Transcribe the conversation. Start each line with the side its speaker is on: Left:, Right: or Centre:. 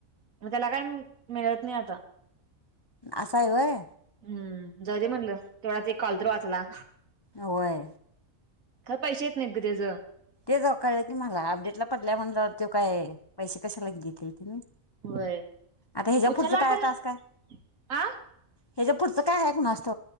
Right: मग त्याला काय मिळत नाही आता.
Left: आशा आहे वय.
Right: हम्म जाऊ देे म्हणलं तेथवढाच, एक कॉल तर वाचला.
Left: होय.
Right: का पैसे येत नाही त्याज.
Left: ते जाऊ कळलं की मला अपडेटला पडल्या म्हणल्यावर तो काय पैसे कशाला <unintelligible> ग घतील तिम्ही.
Right: होय
Left: आता हिच्या
Right: उचलला
Left: पुढचं काय
Right: पण
Left: तास काय?
Right: आ
Left: ह्याच्या पुढचं काय आहे नास्त